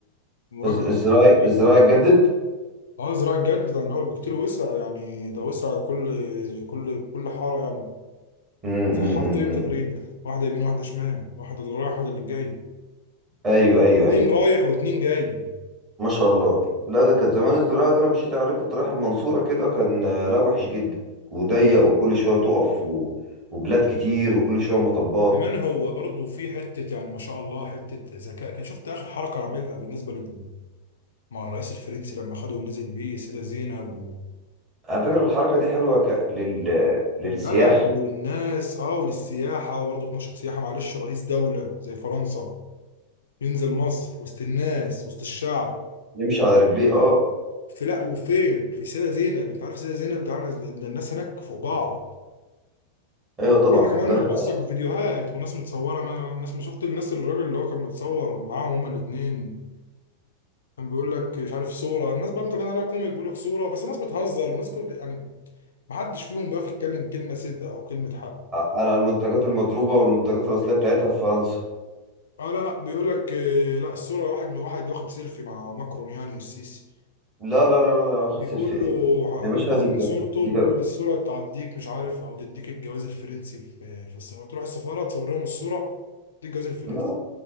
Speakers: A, on the left; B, on the right.
A: لمراقبه
B: الز- الزراعي
A: الطريق
B: الزراعي اتجدد
A: اه زراعي جد ده من اول بكتير وسع يعني ده وسع كل كل كل حاره يعني
B: أمم،
A: وسع
B: أمم،
A: حارتين
B: أمم.
A: تقريبا واحده يمين واحده شمال واحده اللي رايح واحده اللي جاي
B: ايوه ايوه
A: اتنين
B: ايوه
A: رايح واتنين جاي
B: ما شاء الله لا ده كانت زمان الزراعة ده انا مشيت عليه كنت رايح المنصورة كده كان آه، لا وحش جدا وضيق وكل شوية تقف و... وبلاد كتير وكل شوية مطبات
A: كمان هو برضه في حته يعني ما شاء الله حته ذكاء كده شفت اخر حركه عاملها بالنسبه لل مع الرئيس الفرنسي لما خده ونزل بيه السيده زينب
B: على فكرة الحركة دي حلوة ك... لل... للسياح
A: للبلد وللناس اه وللسياحة برضه 12 سياحة معلش رئيس دولة زي فرنسا ينزل مصر وسط الناس وسط الشعب
B: يمشي على رجليه اه
A: في لا وفين في سيدة زينب انت عارف سيدة زينب ده عاملة زي- ده الناس هناك فوق بعض
B: ايوه طبعا
A: كل ده كمان
B: ده
A: متوثق
B: من اسهل
A: بفيديوهات وناس متصورة ما الناس ما شفت الناس الراجل اللي هو كان متصور معاهم هما الاتنين كان بيقول لك مش عارف صورة الناس بقى مطلعين عليها كوميك بيقول لك صورة بس الناس بتهزر الناس كل يعني ما حدش فيهم بقى يتكلم كلمة صدق او كلمة حق
B: على المنتجات المضروبة والمنتجات الأصلية بتاعتها في فرنسا
A: اه لا لا بيقول لك آه، لا الصوره واحد من واحد واخد سيلفي مع ماكرون يعني والسيسي
B: لا لا لا لا لا واخد
A: بيقول
B: سيلفي ايه
A: له ع-
B: يا باشا
A: منزلين
B: دي كانت
A: صورته
B: دي
A: بيقول
B: كانت
A: الصوره تعديك مش عارف او تديك الجواز الفرنسي في في السفاره تروح السفاره تصور لهم الصوره تديك الجواز الفرنسي
B: لا